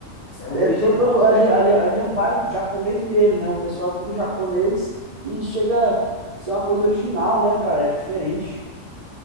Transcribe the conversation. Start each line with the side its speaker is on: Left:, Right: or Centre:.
Left: É o
Right: é
Left: original,
Right: todo, todo
Left: né?
Right: ali, ali, ali é um bairro japonês mesmo, né? O pessoal é tudo japonês e chega a ser uma coisa original, né, cara? É diferente.